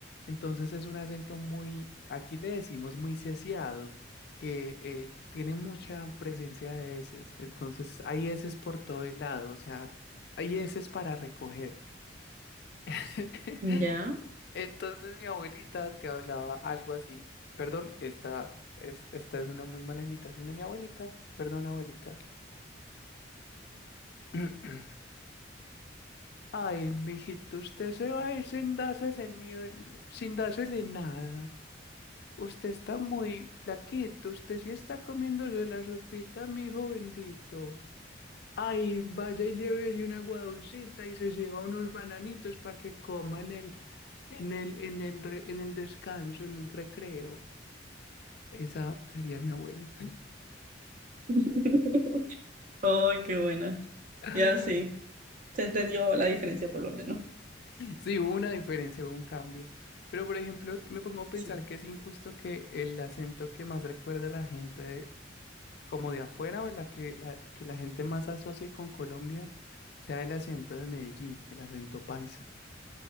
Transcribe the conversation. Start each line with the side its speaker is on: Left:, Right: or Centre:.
Left: entonces es un acento muy, aquí le decimos muy sesiado, que eh, tiene mucha presencia de eses. Entonces hay eses por todo el lado, o sea, hay eses para recoger. <laughs>
Right: Ya.
Left: Entonces mi abuelita te hablaba algo así. Perdón, esta es, esta es una muy mala imitación de mi abuelita. Perdón, abuelita. <clears throat> Ay, mijito, usted se va a ir sin dársele ni un- sin dársele nada. Usted está muy flaquito, usted sí está comiéndose la sopita, mi hijo bendito. Ay, vaya y llévese una agua dulcita y se lleva unos bananitos para que coman en el, en el, en el, re- en el descanso, en el recreo. Esa sería mi abuela.
Right: <laughs> Oh, qué buena.
Left: <laughs>
Right: Ya sí, se entendió la diferencia por lo menos.
Left: Sí, hubo una diferencia, hubo un cambio. Pero, por ejemplo, me pongo a pensar
Right: Sí.
Left: que es injusto que el acento que más recuerda a la gente como de afuera o la que la, que la gente más asocie con Colombia sea el acento de Medellín, el acento paisa.